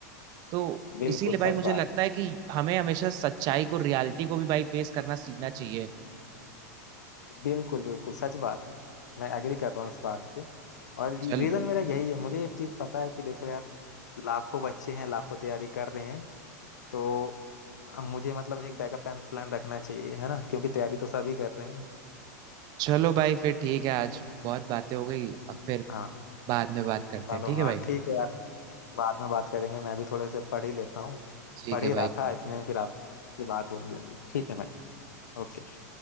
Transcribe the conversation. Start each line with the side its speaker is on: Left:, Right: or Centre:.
Right: तो
Left: बिल्कुल
Right: इसीलिए भाई
Left: सच
Right: मुझे
Left: बात
Right: लगता
Left: है
Right: है कि हमें हमेशा सच्चाई को रियलिटी को भी भाई फेस करना सीखना चाहिए
Left: बिल्कुल बिल्कुल सच बात है मैं एग्री कर रहा हूँ इस बात से और
Right: चल
Left: रीज़न मेरा यही है मुझे एक चीज़ पता है कि देखो यार लाखों बच्चे हैं लाखों तैयारी कर रहे हैं तो अब मुझे मतलब एक बैकअप प्लान प्लान रखना चाहिए है ना क्योंकि तैयारी तो सभी कर रहे हैं
Right: चलो भाई फिर ठीक है आज बहुत बातें हो गई अब फिर
Left: हाँ
Right: बाद में बात करते
Left: चलो
Right: हैं ठीक
Left: हाँ
Right: है भाई
Left: ठीक है यार बाद में बात करेंगे मैं भी थोड़े से पढ़ ही लेता हूँ
Right: ठीक
Left: पढ़
Right: है
Left: ही रहा
Right: भाई
Left: था इतने में फिर आपसे बात होने लगी ठीक है भाई ओके